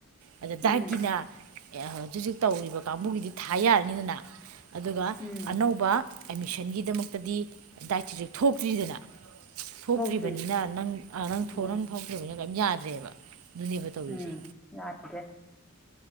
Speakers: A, on the right (about 80°); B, in the centre.
A: ꯑꯗ ꯗꯒꯤꯅꯥ
B: ꯎꯝ
A: ꯍꯧꯖꯤꯛ ꯍꯧꯖꯤꯛ ꯇꯧꯔꯤꯕ ꯀꯥꯡꯕꯨꯒꯤꯗꯤ ꯊꯥ ꯌꯥꯔꯅꯤꯗꯅ ꯑꯗꯨꯒ
B: ꯎꯝ
A: ꯑꯅꯧꯕ ꯑꯦꯠꯃꯤꯁꯟꯒꯤꯗꯃꯛꯇꯗꯤ ꯗꯥꯏꯠꯇꯔꯤꯁꯦꯛ ꯊꯣꯛꯇ꯭ꯔꯤꯗꯅ ꯊꯣꯛꯇ꯭ꯔꯤꯕꯅꯤꯅ
B: ꯊꯣꯛꯇ꯭ꯔꯤ
A: ꯅꯪ ꯅꯪ
B: ꯎꯝ
A: ꯅꯪ ꯊꯣꯛꯇ꯭ꯔꯤꯕꯅꯤꯅ ꯀꯔꯤꯝ ꯌꯥꯗ꯭ꯔꯦꯕ ꯑꯗꯨꯅꯦꯕ ꯇꯧꯔꯤꯁꯦ
B: ꯎꯝ ꯌꯥ꯭ꯔꯦ